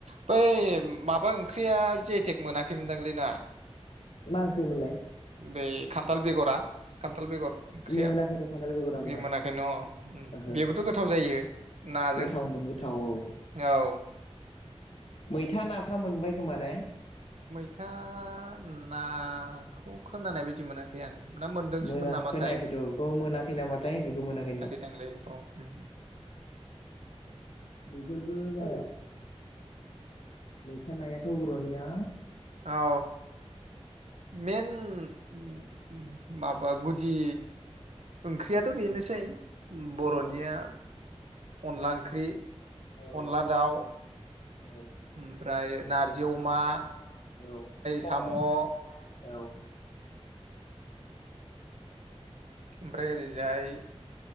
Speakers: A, on the right; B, on the left.
A: बै माबा ओंख्रिया जि आइ टेग मोनाखैमोनदांलै ना
B: मा ओंख्रिमोनलाय
A: बेै खान्थाल बेगरा खथाल बेगर ओंख्रिया
B: मोनाखैथ' खान्थाल बेगरा
A: बे मोनाखै न'
B: ओहो ओहो
A: बेबोथ' गोथाव जायो नाजों
B: गोथावमोन गोथाव औ
A: औ
B: मैथा नाफ्रा मोनबाय खोमा ने?
A: मैथा नाखौ खोनानाय बायदि मोनाखै आं ना मोनदोंसोमोन
B: मोना
A: नामाथाय
B: खोनायाखैथ' बेखौ मोनाखै नामाथाय बेखौ मोनाखै नंदां।
A: दांलै बेखौ उम
B: बेफोरबो जाया मैथा नायाथ' बर'निया
A: औ मेन <unintelligible> माबा गुदि ओंख्रियाथ' बेनोसै बर'निया
B: औ
A: अनला ओंख्रि
B: औ
A: अनला दाउ
B: औ ओफ्राय
A: ओमफ्राय नारजि अमा
B: नाथामबा औ सबाय
A: साम' ओमफ्राय
B: बिमा औ
A: ओमफ्राय ओरैजाय